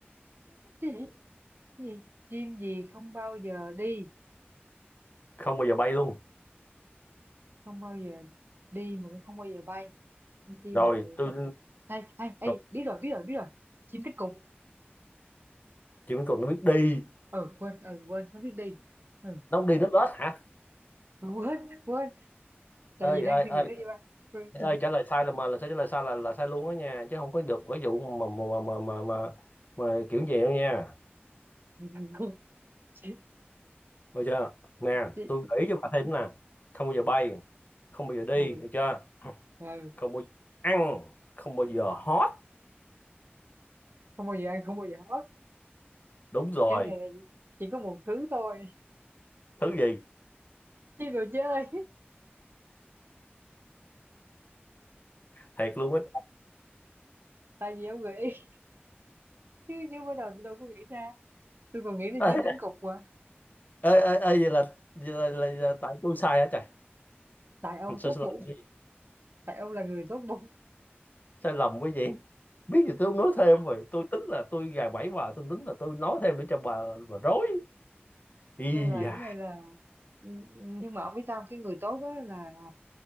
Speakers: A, on the right; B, on the left.
A: cái gì cái gì chim gì không bao giờ đi
B: không bao giờ bay luôn.
A: không bao giờ đi mà cũng không bao giờ bay con chim
B: Rồi
A: nào
B: tôi
A: ê, ê, ê,
B: rồi,
A: biết rồi biết rồi biết rồi chim cánh cụt
B: chim cục nó biết đi,
A: ờ quên ờ quên nó biết đi ừ
B: nó không đi nó lết hả?
A: mà quên quên tại
B: Ơi
A: vì đang
B: ơi
A: suy
B: ơi
A: nghĩ tới gì ba quên
B: ơi
A: chị
B: trả lời sai là mà là sao trả lời sai là là sai luôn đó nha, chứ không có được cái vụ mà mà mà mà mà, mà, kiểu gì đâu nha.
A: <laughs> chị
B: Được chưa? Nè,
A: chị
B: tôi gợi ý cho bà thêm nè. Không bao giờ bay, không bao giờ đi,
A: ừ,
B: được chưa?
A: ừ.
B: Không bao giờ ăn, không bao giờ hót.
A: không bao giờ ăn không bao giờ hết
B: Đúng rồi.
A: cái này là chỉ có một thứ thôi
B: Thứ gì?
A: chứ đồ chơi
B: Thiệt luôn á.
A: tại vì ông nghĩ chứ chứ mới đầu tôi đâu có nghĩ ra tôi còn nghĩ là
B: ơi
A: chim cánh cụt mà
B: ơi ơi ơi, vậy là vậy là, là, là tại tôi sai hả trời
A: tại ông
B: không sai
A: tốt
B: sai lầm
A: bụng
B: cái gì
A: tại ông là người tốt bụng
B: sai lầm cái gì biết gì tôi không nói thêm rồi tôi tính là tôi gài bẫy bà tôi tính là tôi nói thêm để cho bà bà rối y
A: nên là
B: da
A: cái này là ừ, ừ, nhưng mà ông biết sao không? cái người tốt á là họ,